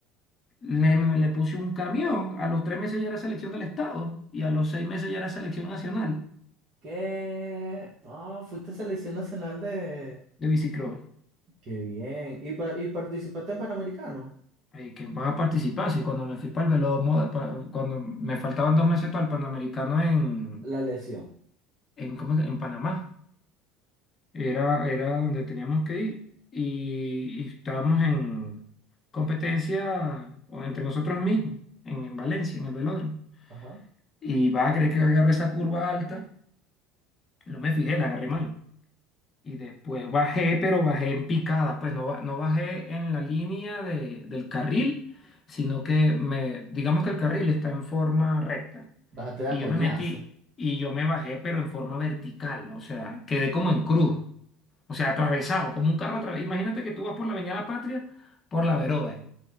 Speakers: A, on the left; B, on the right.
A: Le, me- le puse un camión, a los tres meses ya era selección del estado y a los seis meses ya era selección nacional
B: qué, no, fuiste selección nacional de,
A: de bicicross.
B: qué bien, y, pa- y participaste en Panamericano,
A: Eh, que va a participar, sí, cuando me fui para el Velomoda, pa- cuando me faltaban dos meses para el Panamericano en,
B: la lesión.
A: en, ¿cómo es que? en Panamá, era, era donde teníamos que ir y, y estábamos en competencia o entre nosotros mismos, en, en Valencia, en el velódromo.
B: Ajá.
A: Y va a creer que agarré esa curva alta, no me fijé, la agarré mal Y después bajé, pero bajé en picada, pues no, ba- no bajé en la línea de- del carril, sino que me, digamos que el carril está en forma recta.
B: Bájate de
A: Y
B: a
A: yo
B: coñazo.
A: me metí y yo me bajé, pero en forma vertical, o sea, quedé como en cruz, o sea, atravesado, como un carro atravesado. Imagínate que tú vas por la Avenida La Patria, por la Verode,